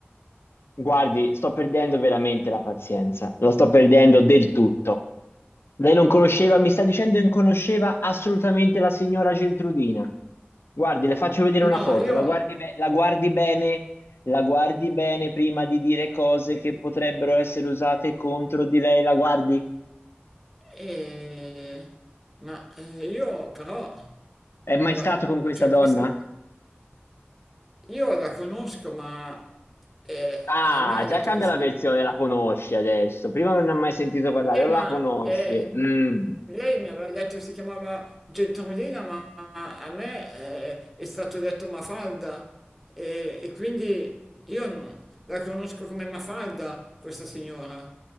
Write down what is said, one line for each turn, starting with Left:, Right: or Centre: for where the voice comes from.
Left: Guardi, sto perdendo veramente la pazienza, lo sto perdendo del tutto. Lei non conosceva, mi sta dicendo che non conosceva assolutamente la signora Geltrudina. Guardi, le faccio vedere una
Centre: No,
Left: foto,
Centre: io...
Left: la guardi, be- la guardi bene, la guardi bene prima di dire cose che potrebbero essere usate contro di lei, la guardi.
Centre: eh, ma eh, io però...
Left: È mai
Centre: la-
Left: stato con questa
Centre: cioè
Left: donna?
Centre: questo... Io la conosco, ma eh,
Left: Ah,
Centre: a me ha
Left: già
Centre: detto
Left: cambia
Centre: che si
Left: la versione,
Centre: chiama...
Left: la conosci adesso. Prima non ne ha mai sentito parlare,
Centre: Eh,
Left: o
Centre: ma
Left: la conosce.
Centre: eh,
Left: Mm.
Centre: lei mi aveva detto che si chiamava Gentolina, ma a me eh, è stato detto Mafalda. E, e quindi io non- la conosco come Mafalda, questa signora.